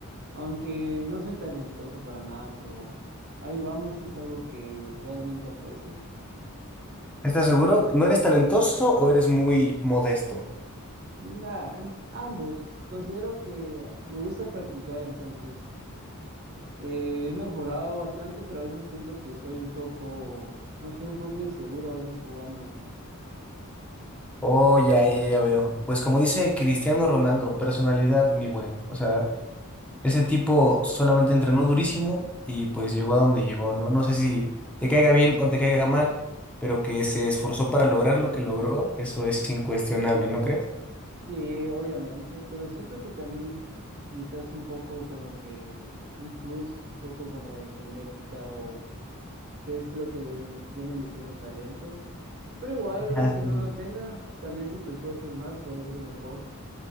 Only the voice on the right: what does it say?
aunque no soy talentoso para nada, pero ahí vamos, es algo que realmente aprecio.
Nah, en- ambos, considero que me gusta practicar, entonces eh, he mejorado bastante, pero a veces siento que soy un poco, no sé, un poco inseguro a veces jugando.
Sí, obviamente, pero siento que también necesitas un poco como que un plus, un poco como de genética o qué es lo que vienen diciendo talento. Pero igual,
aunque
no lo tenga, también si te esfuerzas más, puedes ser mejor.